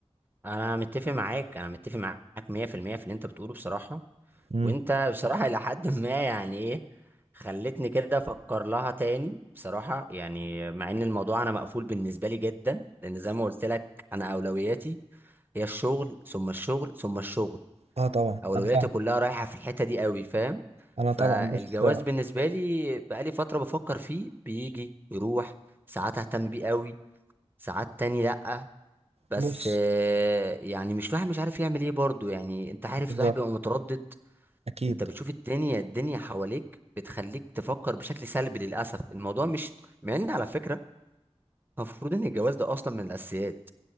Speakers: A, on the right; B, on the right.
A: انا متفق معاك انا متفق معاك 100% في المية في اللي انت بتقوله بصراحه
B: مم.
A: وانت بصراحه <laughs> الى حد ما يعني ايه خلتني كده افكر لها تاني بصراحه يعني مع ان الموضوع انا مقفول بالنسبه لي جدا لان زي ما قلت لك انا اولوياتي هي الشغل ثم الشغل ثم الشغل
B: اه طبعا
A: اولوياتي
B: انا فاهم
A: كلها رايحه في الحته دي قوي فاهم
B: انا
A: فالجواز
B: طبعا بص
A: بالنسبه لي بقالي فتره بفكر فيه بيجي يروح ساعات اهتم بيه قوي ساعات تاني لا بس
B: بص
A: آه، يعني مش الواحد مش عارف يعمل ايه برضه يعني انت عارف
B: بالظبط
A: الواحد بيبقى متردد
B: اكيد
A: انت بتشوف الدنيا الدنيا حواليك بتخليك تفكر بشكل سلبي للاسف الموضوع مش مع ان على فكره المفروض ان الجواز ده اصلا من الاساسيات